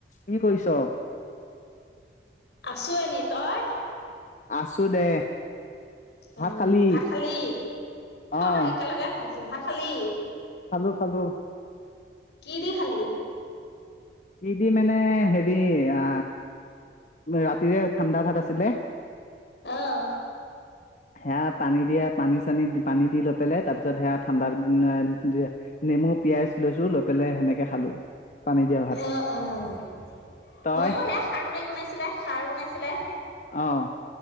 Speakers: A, on the left; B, on the left.
A: কি কৰিছ?
B: আছো এনে, তই?
A: আছো দে।
B: উম,
A: ভাত খালি?
B: ভাত খালি?
A: অঁ
B: অ একেলগে সুধিছো ভাত খালি?
A: খালো খালো।
B: কি দি খালি?
A: কি দি মানে হেৰি, আ ৰাতিৰে ঠাণ্ডা ভাত আছে আছিলে
B: আহ
A: সেয়া পানী দিয়া পানী চানী, পানী দি লৈ পেলাই তাৰ পিছত সেয়া ঠাণ্ডা না নেমু পিয়াজ লৈছো, লৈ পেলাই সেনেকে খালো, পানী দিয়া ভাত
B: অহ আহ, ময়ো
A: তই
B: সে খাৰ তৰকাৰি বনাইছিলে, খাৰ বনাইছিলে।
A: অঁ।